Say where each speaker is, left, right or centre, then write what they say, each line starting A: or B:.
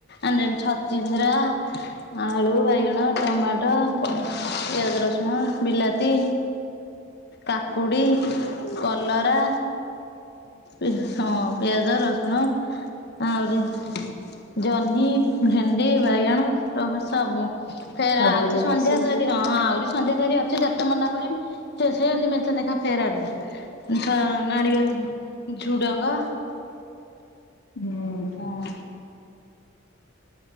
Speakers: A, on the left; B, on the left.
A: ଆଣୁଚନ୍ତି ଛଚିନ୍ଦ୍ରା ଆଳୁ, ବାଇଗଣ, ଟମାଟ ପର <unintelligible> ପିଆଜ, ରସୁଣ, ବିଲାତି କାକୁଡି, କଲରା <unintelligible> ହଁ ପିଆଜ, ରସୁଣ ଆହୁରି ଜହ୍ନି, ଭେଣ୍ଡି, ବାଇଗଣ, ତହ ସବୁ ଫେର
B: ସବୁ
A: ଆହୁରି
B: ରେ
A: ସନ୍ଧ୍ୟା
B: ମିଶି
A: ଧରି ହଁ ହଁ ଆହୁରି ସନ୍ଧ୍ୟାସାରି ଅଛି ଯେତେ ମନା କରିବି ସେ ସେମିତି ମେଞ୍ଚେନାଖା ଫେରେ ଆଣିବେ। ଉଁ ଥ ଆଣିବେ ଝୁଡଙ୍ଗ।
B: ହୁଁ।
A: ହଁ